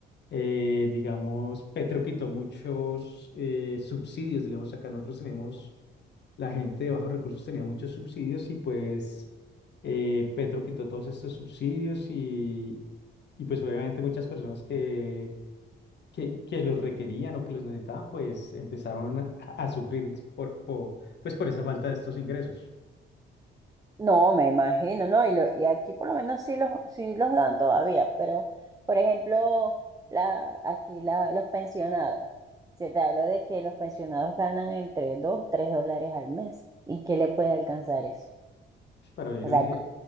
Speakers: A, on the left (about 60°); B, on the right (about 20°).
A: Eh, digamos, Petro quitó muchos eh, subsidios, digamos, acá nosotros tenemos, la gente de bajos recursos tenía muchos subsidios y pues eh, Petro quitó todos estos subsidios y, y pues obviamente muchas personas que, que, que los requerían o que los necesitaban, pues empezaron a, a sufrir por, por, pues por esa falta de estos ingresos
B: No, me imagino, ¿no? Y, lo- y aquí por lo menos sí los, sí los dan todavía, pero por ejemplo, la, aquí la, los pensionados, se te habló de que los pensionados ganan entre 2 3 dólares al mes. ¿Y qué le puede alcanzar eso?
A: para vivir
B: O sea,
A: un día.
B: aquí,